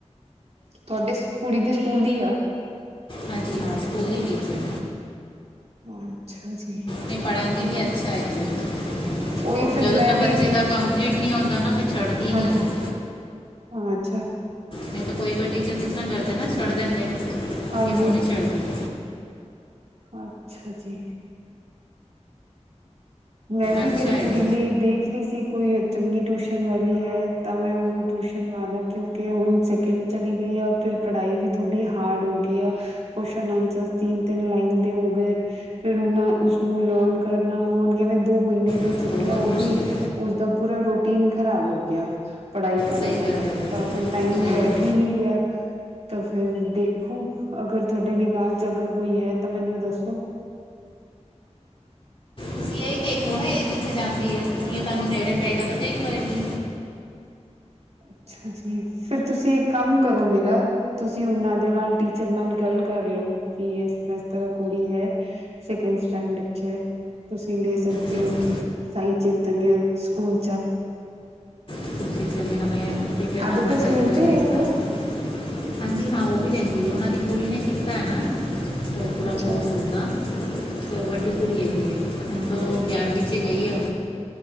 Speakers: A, on the right; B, on the left.
A: ਤੁਹਾਡੇ ਕੁੜੀ ਦੇ ਸਕੂਲ ਦੀ ਆ,
B: ਹਾਂਜੀ, ਹਾਂ ਸਕੂਲ ਦੀ ਟੀਚਰ
A: ਅੱਛਾ ਜੀ
B: ਨਹੀਂ ਪੜ੍ਹਾਂ ਦੀ ਵੀ ਅੱਛਾ ਇੱਕ
A: ਉਹੀ ਫਿਰ
B: ਜਦੋਂ
A: ਮੈਂ
B: ਤਾਂ ਬੱਚੇ
A: ਵੀ
B: ਦਾ ਕੰਪਲੀਟ ਨਹੀਂ ਹੁੰਦਾ ਨਾ ਫਿਰ ਛੱਡਦੀ ਨਹੀਂ
A: ਹਾਂਜੀ
B: ਉਹ
A: ਅੱਛਾ,
B: ਨਹੀਂ ਤਾਂ ਕੋਈ-ਕੋਈ ਟੀਚਰ ਇਸ ਤਰ੍ਹਾਂ ਕਰਦੇ ਨੇ ਕਿ ਛੱਡ ਦਿੰਦੇ ਨੇ,
A: ਹਾਂਜੀ
B: ਪਰ ਉਹ ਨਹੀਂ ਛੱਡਦੀ।
A: ਅੱਛਾ ਜੀ। ਮੈਂ ਵੀ
B: ਅੱਛਾ
A: ਆਪਣੀ
B: ਹੈਗਾ
A: ਕੁੜੀ ਲਈ ਦੇਖ ਰਹੀ ਸੀ, ਕੋਈ ਚੰਗੀ ਟਿਊਸ਼ਨ ਵਾਲੀ ਹੈ। ਤਾਂ ਮੈਂ ਉਹਨੂੰ ਟਿਊਸ਼ਨ ਲਵਾ ਦਿਆਂ, ਕਿਉਂਕਿ ਹੁਣ ਉਹ ਸੈਕਿੰਡ ਕਲਾਸ ਵਿੱਚ ਚਲੀ ਗਈ ਹੈ, ਫਿਰ ਪੜ੍ਹਾਈ ਵੀ ਚੰਗੀ ਤਰ੍ਹਾਂ ਹੋ ਜਾਵੇਗੀ। ਥੋੜ੍ਹੀ ਹਾਰਡ ਹੋ ਗਈ ਆ, ਕੁਝ ਕੁਸ਼ਚਨ-ਆਂਸਰ ਤਿੰਨ-ਤਿੰਨ ਲਾਈਨਾਂ ਦੇ ਹੋ ਗਏ ਨੇ। ਫਿਰ ਉਹ ਉਸਨੂੰ ਲਰਨ ਕਰਨਾ ਹੁਣ ਕਿਵੇਂ ਦੋ ਮਹੀਨੇ ਦੀ
B: ਬਹੁਤ
A: ਛੁੱਟੀ ਹੋ
B: ਮੁਸ਼ਕਿਲ
A: ਗਈ। ਉਸਦਾ ਪੂਰਾ ਰੋਟੀਨ ਖ਼ਰਾਬ ਹੋ ਗਿਆ। ਪੜ੍ਹਾਈ ਕਰਨ
B: ਸਹੀ ਕਰ
A: ਦਾ
B: ਰਹੇ ਹੋ
A: ਤਾਂ ਫਿਰ ਟਾਈਮ
B: ਉਹੀ
A: ਬੈਠ
B: ਹੋਈ
A: ਹੀ ਨਹੀਂ ਰਿਹਾ। ਤਾਂ ਫੇਰ ਦੇਖੋ ਅਗਰ ਤੁਹਾਡੇ ਨਿਗਾਹ ਚ ਅਗਰ ਕੋਈ ਹੈ, ਤਾਂ ਮੈਨੂੰ ਦੱਸੋ।
B: ਤੁਸੀਂ ਇਹੀ ਦੇਖ ਲੋ ਨਾ ਇਹ ਜਿੱਥੇ ਜਾਂਦੀ ਹੈ, ਤੁਹਾਨੂੰ ਨੇੜੇ ਪਏਗਾ, ਤਾਂ ਦੇਖ ਲੋ ਇਹ ਵੀ
A: ਅੱਛਾ ਜੀ, ਫਿਰ ਤੁਸੀਂ ਇੱਕ ਕੰਮ ਕਰੋ ਮੇਰਾ ਤੁਸੀਂ ਉਹਨਾਂ ਦੇ ਨਾਲ ਟੀਚਰ ਨਾਲ ਗੱਲ ਕਰ ਲਓ, ਕਿ ਇਸ ਤਰ੍ਹਾਂ ਇਸ ਤਰ੍ਹਾਂ ਕੁੜੀ ਹੈ। ਸਕਡ ਸਟਾਂਡ ਚ ਤੁਸੀਂ ਲੈ ਸਕਦੇ
B: ਜ਼ਰੂਰ
A: ਹੋ ਕਿ ਸਾਈ ਚੇਤਨ ਆ ਸਕੂਲ ਚ ਆ
B: <unintelligible>
A: ਆਦੂ ਦੇ ਸਲਿੰਡੇ
B: ਗੱਲ ਕਰਕੇ ਇੱਕ ਵਾਰ
A: ਵੋ
B: ਹਾਂਜੀ ਹਾਂ ਉਹ ਵੀ ਲੈਂਦੀ ਉਹ ਉਹਨਾਂ ਦੀ ਕੁੜੀ ਨੇ ਕੀਤਾ ਹੈ ਨਾ ਉਹ ਪੂਰਾ
A: ਅੱਛਾ
B: ਕੋਰਸ ਉਹਦਾ ਦੋ ਵੱਡੀ ਕੁੜੀ ਹੈਗੀ ਹੈ ਦੋ ਗਿਰਵੀਂ ਚ 'ਗਈ ਹੋ